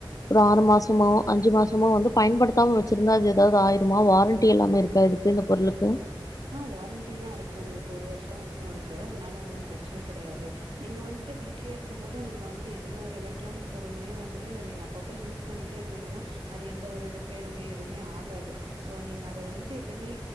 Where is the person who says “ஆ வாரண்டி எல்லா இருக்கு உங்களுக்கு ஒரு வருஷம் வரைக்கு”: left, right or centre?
Right